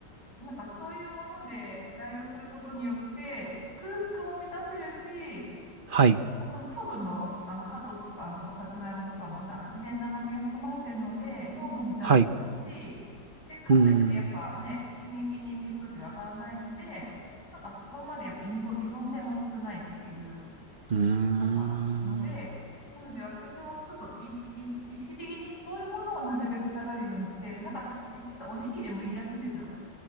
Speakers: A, on the left (about 65°); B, on the right (about 40°).
A: なんかそういうもので代用することによって、空腹も満たせるし、
B: はい。
A: その糖分も、あの、カトとか、そのおさつまいもとかも、なんか自然な甘みが含まれてるので、脳も満たすし、
B: はい。
A: で、かといって、
B: うーん。
A: やっぱね、急激に血糖値が上がらないので、なんかそこまでやっぱ依存、依存性も少ないっていう、
B: うーん。
A: なんか、ので、なので私もちょっと意識意意識的にそういうものをなるべく食べるようにして、なんかへ、下手したらおにぎりでもいいらしいんですよ。